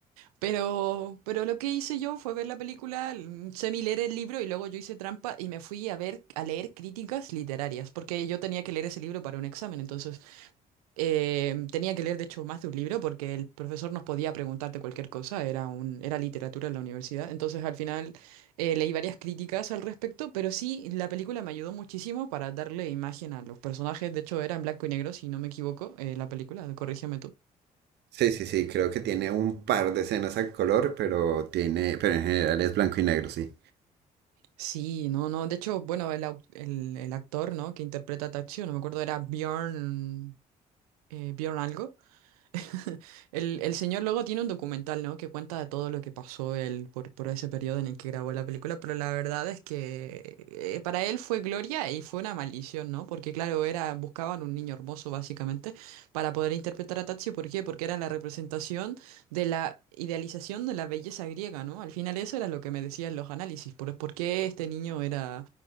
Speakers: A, on the right (about 80°); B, on the right (about 65°).
A: Pero, pero lo que hice yo fue ver la película, l- semi-leer el libro y luego yo hice trampa y me fui a ver, a leer críticas literarias, porque yo tenía que leer ese libro para un examen, entonces eh, tenía que leer de hecho más de un libro porque el profesor nos podía preguntarte cualquier cosa, era un, era literatura en la universidad, entonces al final eh, leí varias críticas al respecto, pero sí, la película me ayudó muchísimo para darle imagen a los personajes, de hecho era en blanco y negro, si no me equivoco, eh, la película, corrígeme tú.
B: Sí, sí, sí, creo que tiene un par de escenas a color, pero tiene, pero en general es blanco y negro, sí.
A: Sí, no, no. De hecho, bueno, el, au- el, el actor, ¿no? Que interpreta a Tatsuo, no me acuerdo, era Bjorn, eh, Bjorn algo. <laughs> El, el señor luego tiene un documental, ¿no? Que cuenta de todo lo que pasó él por, por ese periodo en el que grabó la película, pero la verdad es que eh, para él fue gloria y fue una maldición, ¿no? Porque claro, era, buscaban un niño hermoso básicamente para poder interpretar a Tatsuo. ¿Por qué? Porque era la representación de la idealización de la belleza griega, ¿no? Al final eso era lo que me decían los análisis, por, por qué este niño era